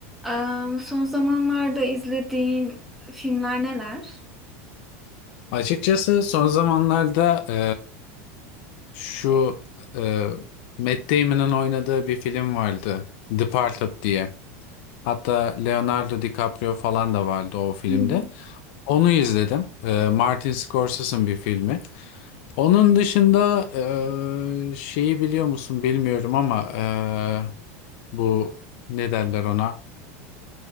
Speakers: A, in the centre; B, on the left (about 55°).
A: Eee, son zamanlarda izlediğin filmler neler?
B: Açıkçası son zamanlarda e, şu e, Matt Damon'ın oynadığı bir film vardı. Departed diye. Hatta Leonardo DiCaprio falan da vardı o filmde.
A: Hmm,
B: Onu izledim. E, Martin Scorsese'ın bir filmi. Onun dışında e, şeyi biliyor musun bilmiyorum ama e, bu ne derler ona?